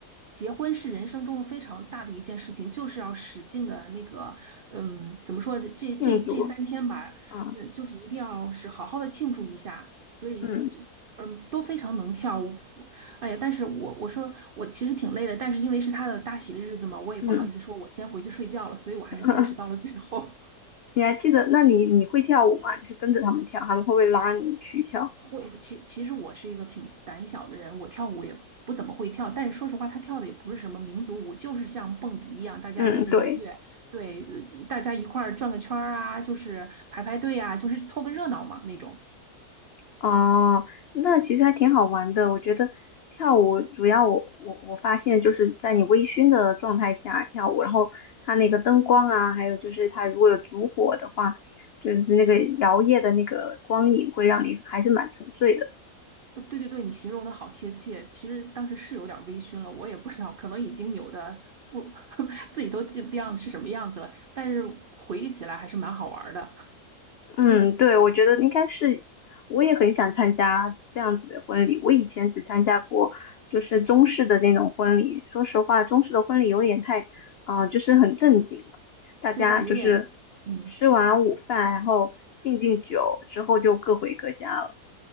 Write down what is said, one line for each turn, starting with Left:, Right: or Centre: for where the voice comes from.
Right: 结婚是人生中非常大的一件事情，就是要使劲的那个，嗯，怎么说的这这这三天吧，
Left: 庆祝啊，
Right: 嗯，就是一定要是好好的庆祝一下，所以这。
Left: 嗯
Right: 嗯，都非常能跳舞。哎呀，但是我我说我其实挺累的，但是因为是他的大喜的日子嘛，我也不好意思说我先回去睡觉了，
Left: 嗯，
Right: 所以我还是坚持到了最后。
Left: <laughs> 你还记得？那你你会跳舞吗？你是跟着他们跳，他们会不会拉你去跳？
Right: 会，其其实我是一个挺胆小的人，我跳舞也不怎么会跳，但是说实话，他跳的也不是什么民族舞，就是像蹦迪一样，大家跟着音乐，
Left: 嗯，对，
Right: 对，呃大家一块儿转个圈儿啊，就是排排队啊，就是凑个热闹嘛那种。
Left: 哦，那其实还挺好玩的。我觉得跳舞主要我我我发现就是在你微醺的状态下跳舞，然后它那个灯光啊，还有就是它如果有烛火的话，就是那个摇曳的那个光影会让你还是蛮沉醉的。
Right: 呃，对对对，你形容的好贴切。其实当时是有点微醺了，我也不知道，可能已经扭的不 <laughs> 自己都记不掉是什么样子了，但是回忆起来还是蛮好玩儿的。
Left: 嗯，对，我觉得应该是，我也很想参加这样子的婚礼。我以前只参加过就是中式的那种婚礼，说实话，中式的婚礼有点太，啊，就是很正经了，大家就是
Right: 对对对，有点，嗯。
Left: 吃完午饭，然后敬敬酒之后就各回各家了。